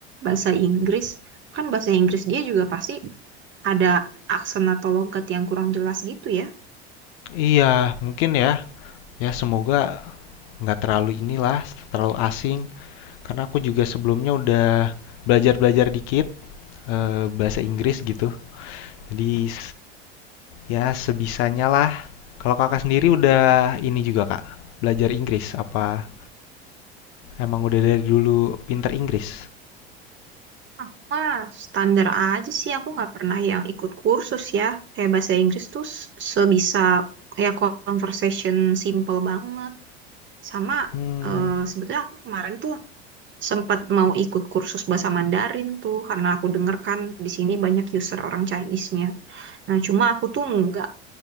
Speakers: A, on the right; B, on the left.
A: bahasa Inggris? Kan bahasa Inggris dia juga pasti ada aksen atau logat yang kurang jelas gitu ya.
B: Iya, mungkin ya. Ya semoga nggak terlalu inilah, terlalu asing. Karena aku juga sebelumnya udah belajar-belajar dikit eh, bahasa Inggris gitu. Jadi Ya, sebisanya lah. Kalau kakak sendiri udah ini juga kak, belajar Inggris apa emang udah dari dulu pinter Inggris?
A: Aku mah standar aja sih aku nggak pernah yang ikut kursus ya kayak bahasa Inggris tuh s- sebisa kayak conversation simple banget. Sama
B: Hmm,
A: eh, sebetulnya aku kemarin tuh sempat mau ikut kursus bahasa Mandarin tuh karena aku denger kan di sini banyak user orang Chinese-nya. Nah, cuma aku tuh nggak